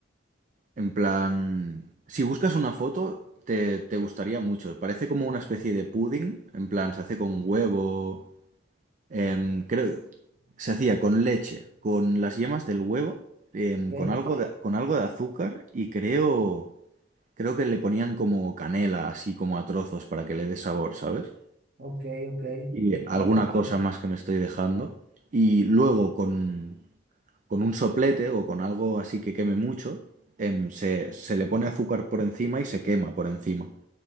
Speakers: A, on the right; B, on the right.
A: En plan, si buscas una foto, te, te gustaría mucho. Parece como una especie de pudding. En plan, se hace con huevo. em, creo, se hacía con leche, con las yemas del huevo, em,
B: ok,
A: con algo de, con algo de azúcar y creo, creo que le ponían como canela, así como a trozos para que le dé sabor, ¿sabes?
B: ok, ok.
A: Y alguna
B: Vale.
A: cosa más que me estoy dejando. Y luego con, con un soplete o con algo así que queme mucho, em, se, se le pone azúcar por encima y se quema por encima.